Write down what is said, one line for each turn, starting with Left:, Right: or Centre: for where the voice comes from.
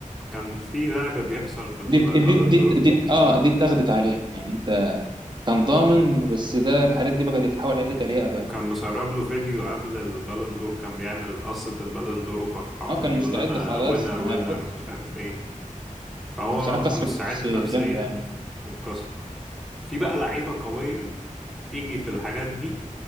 Centre: كان في لعب بيحصل في البالون
Right: دي دي دي,
Centre: دور
Right: دي اه دي اتاخدت عليه يعني انت كان ضامن بس ده الحاجات دي بقت تتحول عليه تريقه بقى
Centre: وكان مسرب له فيديو قبل البالون دور كان بيعمل قصة البالون دور وفرحان
Right: اه
Centre: وبيقول
Right: كان مستعد
Centre: أنا
Right: خلاص
Centre: وينر
Right: كان
Centre: وينر
Right: هياخد
Centre: مش عارف إيه فهو
Right: بصراحه كسرة
Centre: مستعد
Right: نفس جامده
Centre: نفسيا
Right: يعني
Centre: واتكسر في بقى لعيبة قوية تيجي في الحاجات دي